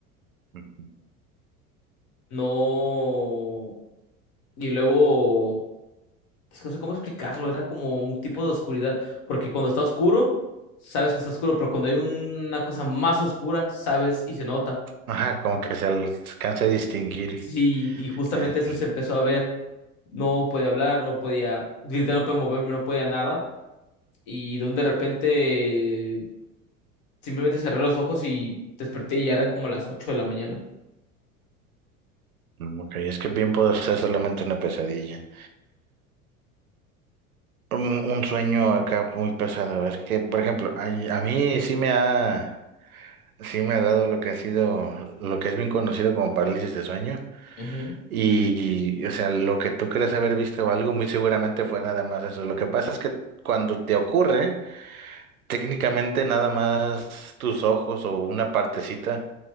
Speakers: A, on the right; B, on the left.
A: <laughs>
B: No. Y luego, es que no sé cómo explicarlo, era como un tipo de oscuridad, porque cuando está oscuro, sabes que está oscuro, pero cuando hay una cosa más oscura, sabes y se nota.
A: Ajá, como que se alcanza a distinguir.
B: Sí, y justamente
A: Eh,
B: eso se empezó a ver. No podía hablar, no podía gritar, no podía moverme, no podía nada. Y de un de repente, simplemente cerré los ojos y desperté y ya eran como las ocho de la mañana.
A: ok, es que bien puede ser solamente una pesadilla. Un, un sueño acá muy pesado. Es que, por ejemplo, a, a mí sí me ha, sí me ha dado lo que ha sido, lo que es bien conocido como parálisis de sueño.
B: Ujú,
A: Y, y, o sea, lo que tú crees haber visto o algo, muy seguramente fue nada más eso. Lo que pasa es que cuando te ocurre, técnicamente nada más tus ojos o una partecita